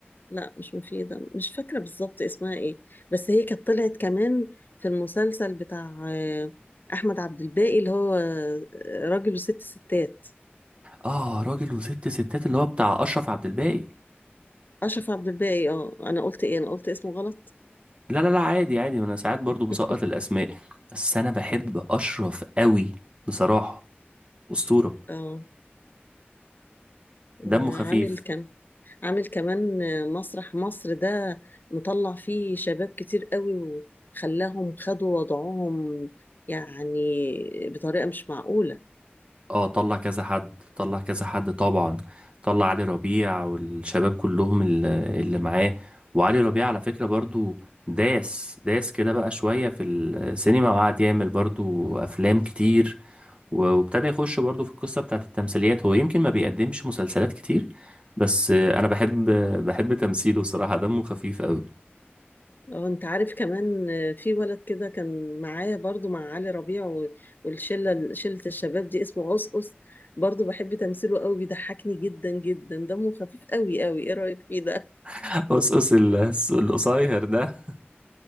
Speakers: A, on the left; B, on the right.
A: لا مش مفيدة مش فاكرة بالظبط اسمها ايه بس هي كانت طلعت كمان في المسلسل بتاع آه، أحمد عبد الباقي اللي هو آه، راجل وست ستات
B: اه راجل وست ستات اللي هو بتاع أشرف عبد الباقي
A: أشرف عبد الباقي اه أنا قلت ايه أنا قلت اسمه غلط
B: لا لا لا عادي عادي ما أنا ساعات برضو بسقط
A: <laughs>
B: الأسماء بس أنا بحب أشرف قوي بصراحة أسطورة
A: اه آه،
B: دمه خفيف
A: عامل كم عامل كمان آه، مسرح مصر ده مطلع فيه شباب كتير قوي وخلاهم خدوا وضعهم يعني بطريقة مش معقولة
B: اه طلع كذا حد طلع كذا حد طبعا طلع علي ربيع والشباب كلهم اللي, اللي معاه وعلي ربيع على فكرة برضو داس داس كده بقى شوية في السينما وقعد يعمل برضو أفلام كتير و- وابتدى يخش برضو في القصة بتاعت التمثيليات هو يمكن ما بيقدمش مسلسلات كتير بس أنا بحب بحب تمثيله صراحة دمه خفيف أوي
A: اه انت عارف كمان آه، في ولد كده كان معايا برضو مع علي ربيع و- والشله شله الشباب دي اسمه قصقص برضو بحب تمثيله قوي بيضحكني جدا جدا دمه خفيف قوي قوي ايه رايك فيه ده
B: <laughs> قصقص القصير ده